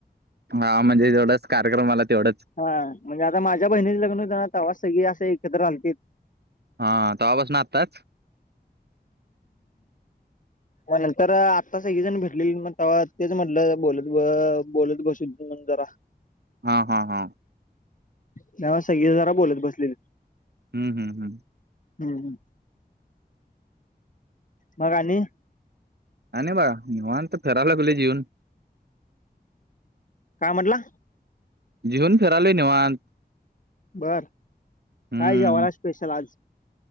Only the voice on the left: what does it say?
हा म्हणजे आता माझ्या बहिणीच लग्न होता तवा सगळी असं एकत्र आलतीत.
म नंतर आता सगळीजण भेटलेली मग तवा तेच म्हणलं बोलत ब बोलत बसीन <unintelligible> जरा
<unintelligible> सगळी जरा बोलत बसलेली.
हम् हम्, मग आणि
का म्हटला?
बर,
काय जेवाला स्पेशल आज?